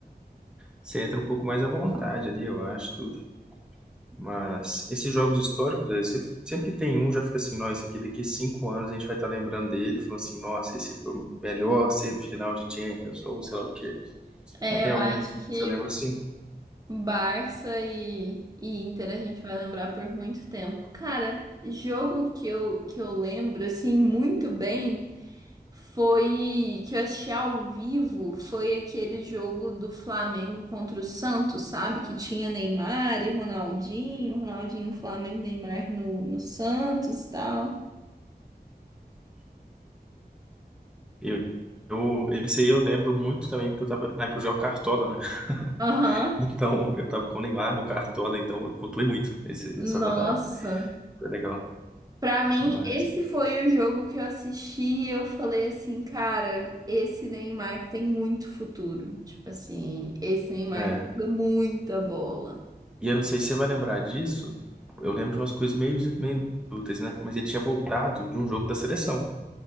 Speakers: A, in the centre; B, on the right.
A: você entra um pouco mais à vontade ali, eu acho, tudo. Mas esses jogos históricos, aí, você sempre tem um, já fica assim, nossa, esse aqui daqui a cinco anos a gente vai estar lembrando dele, falando assim, nossa, esse foi o melhor semifinal de Champions, ou sei lá o quê.
B: É,
A: Tem
B: eu
A: algum
B: acho
A: que
B: que
A: você lembra assim?
B: Barça e, e Inter a gente vai lembrar por muito tempo. Cara, jogo que eu, que eu lembro assim muito bem foi que eu assisti ao vivo, foi aquele jogo do Flamengo contra o Santos, sabe? Que tinha Neymar e Ronaldinho, Ronaldinho no Flamengo, Neymar no, no Santos e tal.
A: Eu, eu- esse aí eu lembro muito também, porque eu tava, na época eu jogava Cartola, né? <laughs>
B: Aham.
A: Então, eu tava com o Neymar no Cartola, então eu pontuei muito esse,
B: Nossa.
A: essa rodada. Foi legal.
B: Pra mim,
A: Mas,
B: esse foi o jogo que eu assisti e eu falei assim, cara, esse Neymar tem muito futuro. Tipo assim, esse Neymar
A: é.
B: joga muita bola.
A: E eu não sei se você vai lembrar disso, eu lembro de umas coisas meio, meio inúteis, né? Mas ele tinha voltado de um jogo da seleção.